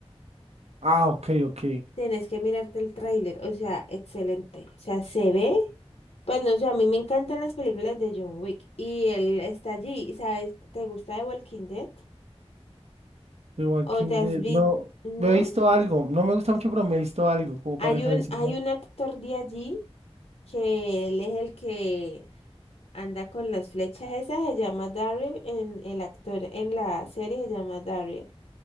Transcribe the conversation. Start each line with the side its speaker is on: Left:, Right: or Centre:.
Right: Ah, ok, ok.
Left: Tenés que mirarte el tráiler, o sea, excelente. O sea, se ve. Pues no sé, a mí me encantan las películas de John Wick y él está allí, y ¿sabes? ¿Te gusta The Walking Dead?
Right: The Walking
Left: ¿O te has
Right: Dead.
Left: visto?
Right: No,
Left: ¿No?
Right: me he visto algo. No me gusta mucho, pero me he visto algo como
Left: Hay
Right: para referencia.
Left: un, hay
Right: ¿no?
Left: un actor de allí que él es el que Anda con las flechas esas, se llama Daryl, en el actor en la serie se llama Daryl.